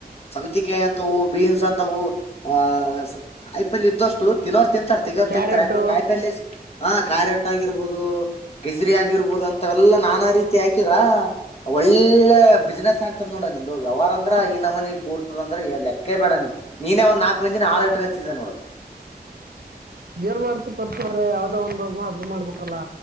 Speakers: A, on the left; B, on the right.
A: ಸೌತಿಕಾಯಿ ಅಂತವು ಬೀನ್ಸ್ ಅಂತವು ಆ ಕಾಯಿ ಪಲ್ಯ ಇದ್ದಷ್ಟು ತಿನ್ನೋರ್ ತಿಂತರ ತಿಗರ್ತತಾಂರ
B: ಕ್ಯಾರೆಟ್
A: ಕಾಯಪಲ್ಯ ಹ ಕಾರೆಟ್ಟ ಆಗಿರ್ಬೋದು ಗಜ್ರಿ ಆಗಿರ್ಬೋದು ಅಂತ ಎಲ್ಲಾ ನಾನಾ ರೀತಿ ಹಾಕಿದ್ರ ಹಾ ಒಳ್ಳೆ ಬಿಸ್ನೆಸ್ ಆಗ್ತದ ನೋಡ ನಿಂದು ವ್ಯವಹಾರ ಅಂದ್ರ ಈ ನಮ್ಮನ ಕೂಡ ಅಂದ್ರೆ ಲೆಕ್ಕೇ ಬೇಡ ನೀನೆ ಒಂದ್ ನಾಕ್ ಮಂದಿನಾಳ ಇುಟಗೊತಿ ನೋಡು
B: ಏನ್ ಮಾಡ್ತಿ ಪರ್ತವ್ರ ಯಾವ್ದೋ ಒಂದ ಹಬ್ಬ ಮಾಡ್ಬೇಕಲ್ಲಾ